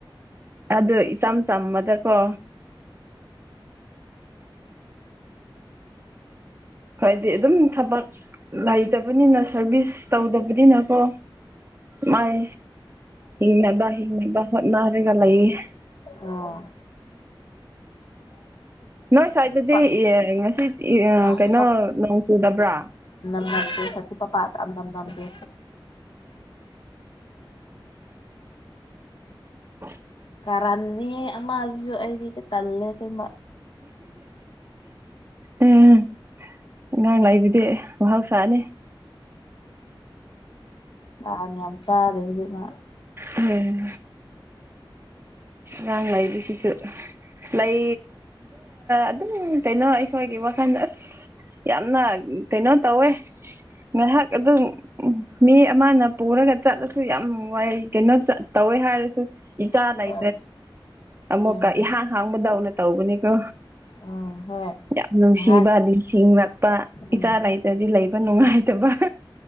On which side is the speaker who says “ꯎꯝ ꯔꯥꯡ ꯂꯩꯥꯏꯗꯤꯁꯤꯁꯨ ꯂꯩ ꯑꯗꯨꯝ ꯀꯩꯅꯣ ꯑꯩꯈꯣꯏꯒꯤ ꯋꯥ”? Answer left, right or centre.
Right